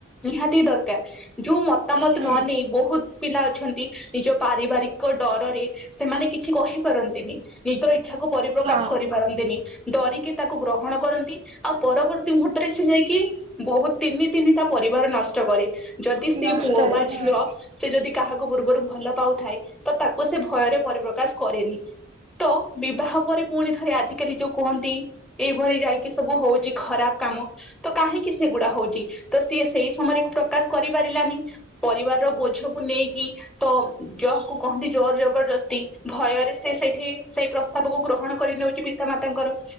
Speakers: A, in the centre; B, on the right.
A: ନିହାତି ଦରକାର ଯୋଉ ମତାମତ
B: ହୁଁ
A: ନ ନେଇ ବହୁତ ପିଲା ଅଛନ୍ତି ନିଜ ପାରିବାରିକ ଡରରେ ସେମାନେ କିଛି କହିପାରନ୍ତିନି ନିଜ ଇଚ୍ଛା କୁ ପରିପ୍ରକାଶ
B: ହଁ
A: କରିପାରନ୍ତିନି। ଡରିକି ତାକୁ ଗ୍ରହଣ କରନ୍ତି ଆଉ ପରବର୍ତ୍ତୀ ମୁହୂର୍ତ୍ତରେ ସେ ଯାଇକି ବହୁତ ତିନି ତିନିଟା ପରିବାର ନଷ୍ଟ କରେ ଯଦି ସେଇ
B: ନଷ୍ଟ
A: ପୁଅ ବା
B: ହଁ
A: ଝିଅ ସେ ଯଦି କାହାକୁ ପୂର୍ବରୁ ଭଲ ପାଉଥାଏ ତ ତାକୁ ସେ ଭୟରେ ପରିପ୍ରକାଶ କରେନି। ତ ବିବାହ ପରେ ପୁଣି ଥରେ ଆଜିକାଲି ଯୋଉ କୁହନ୍ତି ଏଇଭଳି ଯାଇକି ସବୁ ହଉଛି ଖରାପ କାମ ତ କାହିଁକି ସେଗୁଡା ହଉଛି ତ ସିଏ ସେଇ ସମୟରେ ପ୍ରକାଶ କରିପାରିଲାନି। ପରିବାରର ବୋଝକୁ ନେଇକି ତ ଜକୁୁ କହନ୍ତି ଜ ଜବରଦସ୍ତି ଭୟରେ ସେ ସେଇଠି ସେଇ ପ୍ରସ୍ତାବକୁ ଗ୍ରହଣ କରିନେଉଛି ପିତା ମାତାଙ୍କର